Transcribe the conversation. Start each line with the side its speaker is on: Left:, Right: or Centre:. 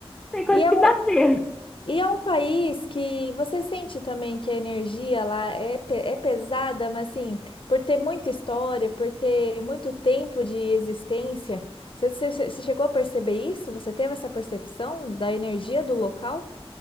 Centre: Tem coisa
Left: E é
Centre: que
Left: um,
Centre: dá medo.
Left: e é um país que você sente também que a energia lá é, pe- é pesada, mas assim, por ter muita história, por ter muito tempo de existência, você, você- você chegou a perceber isso? Você teve essa percepção da energia do local?